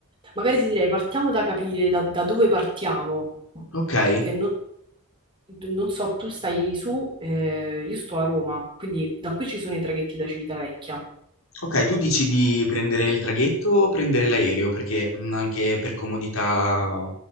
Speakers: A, on the right; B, on the left.
A: Magari ti direi, partiamo da capire da, da dove partiamo,
B: ok.
A: che non, non so, tu stai su, eh, io sto a Roma, quindi da qui ci sono i traghetti da Civitavecchia.
B: Okay, tu dici di prendere il traghetto o prendere l'aereo? Perché, mhmm, anche per comodità,